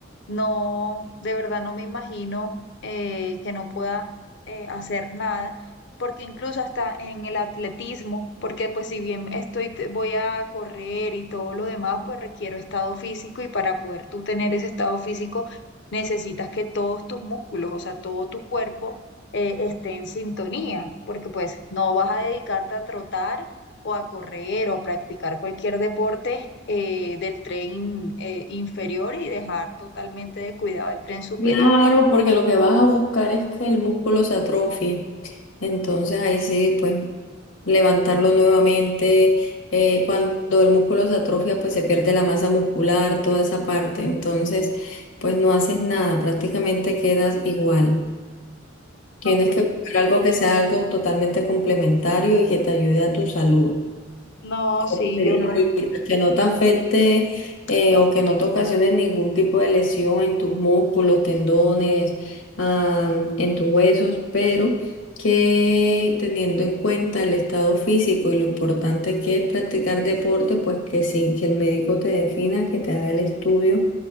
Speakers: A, on the left; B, on the left.
A: no, de verdad no me imagino eh, que no pueda eh, hacer nada, porque incluso hasta en el atletismo, porque pues si bien estoy, te- voy a correr y todo lo demás, pues requiero estado físico y para poder tú tener ese estado físico necesitas que todos tus músculos, o sea, todo tu cuerpo eh, esté en sintonía, porque pues no vas a dedicarte a trotar o a correr o practicar cualquier deporte eh, del tren eh, inferior y dejar totalmente descuidado el tren superior.
B: Claro, porque lo que vas a buscar es que el músculo se atrofie. Entonces ahí sí, pues levantarlo nuevamente. eh, cuando el músculo se atrofia, pues se pierde la masa muscular, toda esa parte. Entonces, pues no haces nada, prácticamente quedas igual. Tienes
A: No, pues
B: que buscar algo que sea algo totalmente complementario y que te ayude a tu salud.
A: no,
B: Como
A: sí,
B: te
A: yo
B: dije ahorita,
A: creo.
B: que no te afecte eh, o que no te ocasione ningún tipo de lesión en tus músculos, tendones, am, en tus huesos, pero que teniendo en cuenta el estado físico y lo importante que es practicar deporte, pues que sí, que el médico te defina, que te haga el estudio